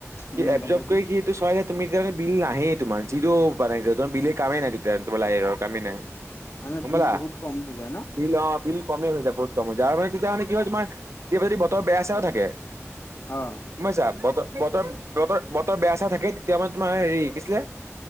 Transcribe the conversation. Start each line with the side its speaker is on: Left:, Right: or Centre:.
Right: সি
Left: উম,
Right: এবজৰ্ভ
Left: গম পাইছোঁ।
Right: কৰি সি তটো চয়াইজ তুমিতি কাৰ বিল ন <unintelligible> তোমাৰ যিটো বনাই তাৰ বিলেই কামেই নাই তোমাৰ তোমাৰ লাইনৰ কামেই নাই।
Left: মানে
Right: গম
Left: বিল
Right: পালা
Left: বহুত কম হৈ যায় ন।
Right: বিল অ বিল কমেই হৈ যায় বহুত কম হৈ যায়, আৰু মানে তেতিয়া মানে কি হয় হৈছে তোমাৰ এতিয়া যদি বতৰ বেয়া চেয়াও থাকে
Left: অ
Right: গম পাইছা বতৰ বতৰ বতৰ বতৰ বেয়া চেয়া থাকে তেতিয়া মানে তোমাৰ হেৰি কিছিলে